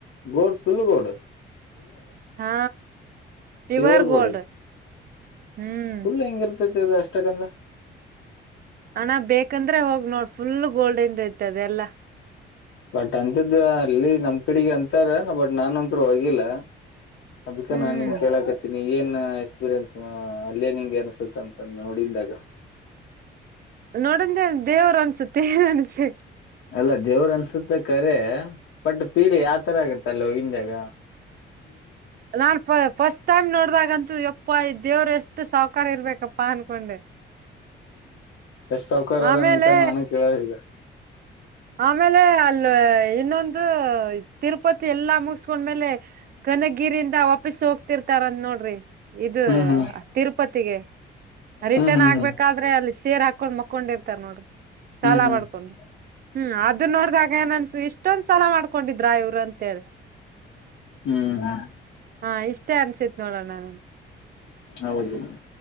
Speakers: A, on the left; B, on the right.
A: gold full gold
B: ಹಾ ಪ್ಯೂರ್
A: ಪವರ್ ಗೋಡ
B: ಗೋಲ್ಡ್ ಹ್ಮ್
A: ುಲ್ ಹೆಂಗ ಅಷ್ಟಕಂದ
B: ಹಣ ಬೇಕಂದ್ರೆ ಹೋಗ್ ನೋಡ್ ಫುಲ್ ಗೋಲ್ಡಂದ ಐತದೆ ಎಲ್ಲಾ
A: ಬಟ್ ಅಂಂತದ್ದು ಅಲ್ಲಿ ನಮ್ ಕಡೆಗ್ ಅಂತಾರ ಬಟ್ ನಾನ ಅಂಂತೂ ಹೋಗಿಲ್ಲ ಅದ್
B: ಹ್ಮ್
A: ನಾನ್ ನಿನ್ ಕೇಳಕತ್ತೀನಿ ಏನ್ ಎಕ್ಸ್ಪೀರಿಯನ್ಸ್ ಅಲ್ಲೇ ನಿಂಗೆ ಅನ್ಸುತ್ತ ಅಂತ ನೋಡಿದಾಗ
B: ನೋಡಂದ ದೇವ್ರು ಅನ್ಸುತ್ತೆಏ ಅನ್ಸೆ
A: ಅಲ್ಲ ದೇವ್ರ ಅನ್ಸುತ್ತೆ ಕರೆ ಬಟ್ ಪೀಲಿ ಯಾವ ತರ ಆಗತ್ತ ಅಲ್ೋಗಿಂದಾಗ
B: ನಾ ಫಸ್ಟ್ ಟೈಮ್ ನೋಡ್ದಾಗಂತೂ ಎ ಅಪ್ಪಾ ದೇವ್ರು ಎಷ್ಟು ಸೌಕಾರ್ಯ ಇರ್ಬೇಕಪ್ಪಾ ಅನ್ಕೊಂಡೆ
A: ಎಷ್ಟು ಸೌಕ
B: ಆಮೇಲೆ
A: ಅದನಂತ ನಾನು ಕೇಳೋದಗ
B: ಆಮೇಲೆ ಅಲ್ ಇನ್ನೊಂದು ತಿರುಪತಿ ಎಲ್ಲಾ ಮುಗಸ್ಕೊಂಡ್ಮೇಲೆ ಕನಗಿರಿಯಿಂದ ವಾಪಸ್ ಹೋಗ್ತಿರ್ತಾರಂದ ನೋಡ್ರಿ ಇದು
A: ಹ್ಮ್ ಹ್ಮ್
B: ತಿರುಪತಿಗೆ ರಿಟರ್ನ್
A: ಹ್ಮ್ ಹ್ಮ್
B: ಆಗ್ಬೇಕಾದ್ರೆ
A: ಹ್ಮ್
B: ಅಲ್ಲಿ ಸೇರ್ ಹಾಕೊಂಡ್ ಮ ಕೊಂಡಿರ್ತಾರ ನೋಡ್ರಿ ಸಾಲಾ
A: ಹ್ಮ್ ಹ್ಮ್
B: ಮಾಡ್ಕೊಂಡು ಹ್ಮ್ ಅದನ್ನ ನೋಡ್ದಾಗ ಏನ್ನ್ಸ ಇಷ್ಟೊ ಸಲ ಮಾಡ್ಕೊಂಡಿದ್ರಾ ಇವರು ಅಂತೇಳಿ
A: ಹ್ಮ್ ಹ್ಮ್
B: ಹಾ ಇಷ್ಟೇ ಅನ್ಸಿತ್ ನೋಡೋಣ ನನ್
A: ಹೌದು